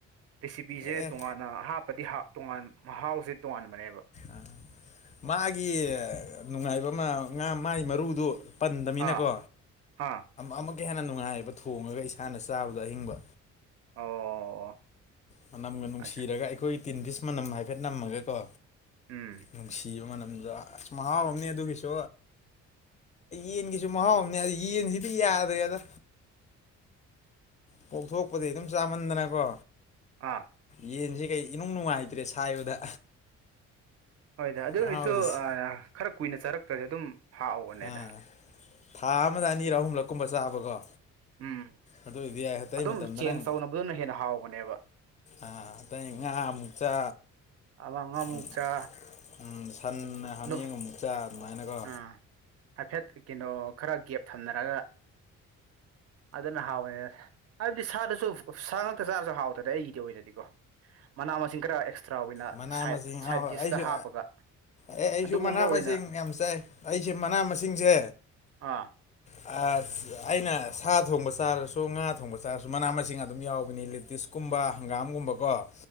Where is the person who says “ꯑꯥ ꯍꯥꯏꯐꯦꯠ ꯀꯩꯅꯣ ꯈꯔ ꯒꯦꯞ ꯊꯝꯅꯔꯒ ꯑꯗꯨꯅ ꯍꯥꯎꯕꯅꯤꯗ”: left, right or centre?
Right